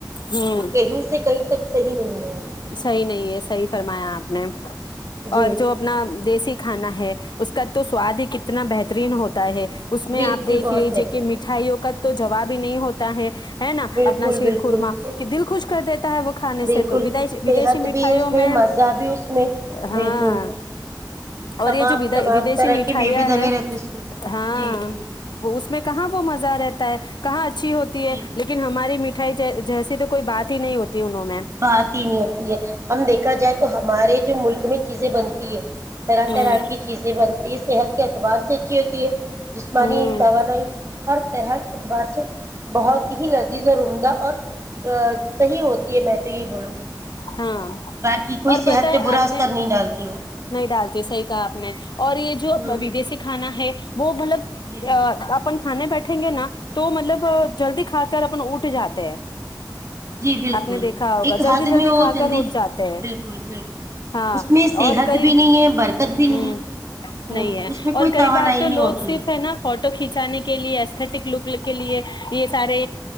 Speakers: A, on the left; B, on the right.
A: ہوں
B: کہیں سے کہیں تک صحی نہیں ہے
A: صحیح نہیں ہے صحیح فرمایا آپ نے
B: جی
A: اور جو اپنا دیسی کھانا ہے اس کا تو سواد ہی کتنا بہترین ہوتا ہے اس میں
B: بالکل
A: آپ دیکھ
B: بہت
A: لیجیے
B: بہترین
A: کہ مٹھائیوں کو کا تو جواب ہی نہیں ہوتا ہے <unintelligible> ہے نا
B: بالکل
A: اپنا شیر
B: بالکل
A: خورما کہ دل خوش کر دیتا ہے وہ کھانے
B: بالکل
A: سے تو ودشی
B: صحت
A: مٹھائیوں
B: بھی اس
A: میں
B: مزہ بھی اس میں
A: ہاں
B: بالکل تمام
A: اور یہ جو
B: تمام
A: ودیشی
B: طرح
A: مٹھائیاں
B: کے میوے دلے
A: ہے
B: رہتے اس میں
A: ہاں
B: جی جی
A: وہ اس میں کہاں وہ مزہ رہتا ہے کہاچ <unintelligible> چی ہوتی ہے
B: جی
A: لیکن ہماری میٹی جیسی تو کوئی بات ہی نہیں ہوتی ت ہوونو میم <unintelligible>
B: بات ہی ہوتی ہے ہم دیکھا جائے تو ہمارے جو ملک میں چیزیں بنتی ہے طرح
A: ہ
B: طرح کی چیزیں بنتی ہے صحت اعتبار سے اچھی ہوتی ہے جسمانی
A: ہ
B: توانائی ہر طرح کے اعتبار سے بہت یہ لذیذ اور عمدہ اور صحیح ہوتا میں تو یہ بولوں
A: ہاں
B: باقی کوئی
A: اور
B: صحت
A: پت ہے
B: پہ برا
A: آپ
B: اثر
A: نے
B: نہیں ڈالتی ہو
A: نہیں ڈالتی صحیح کہا آپ نے اور یہ جو
B: ہ
A: ودیسیی کھانا ہے وہ مطلب
B: جی
A: اپن کھانے بیٹھیں گے نا تو مطلب جلدی کھا کر اپ اٹھ جاتے ہیں
B: جی بالکل
A: آپ نے دیکھا ہوگا
B: ایک
A: جلدی
B: حد
A: جلدی
B: میں ہو
A: کھا کر اٹھ جاتے ہیں
B: بالکل بالکل
A: ہاں
B: اس میں صحت
A: اور کئی
B: بھی نہیں ہے برکت بھی نہیں
A: ہ
B: ہے
A: نہیں
B: ہ
A: ہے
B: اس میں کوئی
A: اور کئی
B: توانائی
A: بار تو
B: نہیں
A: لوگ
B: ہوتی
A: صرف ہے نا فوٹو کھینچانے کے لیے ایھٹک لک کے لیے یہ سارے